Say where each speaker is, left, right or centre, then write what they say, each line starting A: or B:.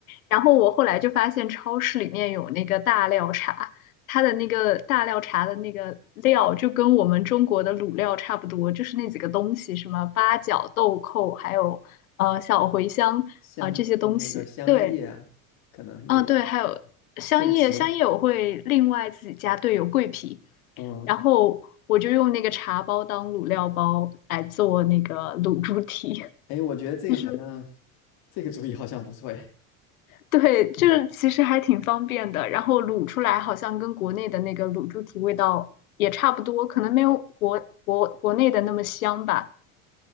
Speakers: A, on the left (about 85°); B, on the left (about 65°).
A: 然后我后来就发现超市里面有那个大料茶，它的那个大料茶的那个料就跟我们中国的卤料差不多，就是那几个东西，什么八角、豆蔻，还有呃小茴香啊、
B: 香，
A: 呃这些东西。
B: 嗯那个香叶啊，
A: 对，
B: 可能也有
A: 啊、对，还有香叶，
B: 桂皮。
A: 香叶我会另外自己加，对，有桂皮。
B: 嗯，
A: 然后我就用那个茶包当卤料包来做那个卤猪蹄。
B: 哎，
A: <laughs>
B: 我觉得这个好像
A: 其实
B: 这个主意好像不错哎。
A: 对，就是其实还挺方便的。然后卤出来好像跟国内的那个卤猪蹄味道也差不多，可能没有国国国内的那么香吧。